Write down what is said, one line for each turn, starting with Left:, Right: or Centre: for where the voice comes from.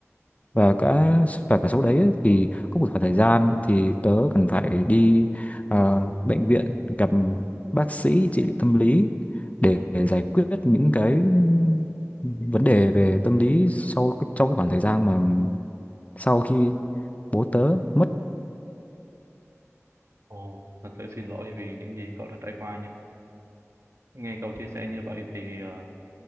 Left: và cả và cả sau đấy ấy, thì có một khoảng thời gian thì tớ cần phải đi ờ, bệnh viện gặp bác sĩ trị liệu tâm lý để, để giải quyết những cái vấn đề về tâm lý sau sau cái khoảng thời gian mà sau khi bố tớ mất
Right: Ồ, thật sự xin lỗi vì những gì cậu đã trải qua nha. Nghe cậu chia sẻ như vậy thì ờ,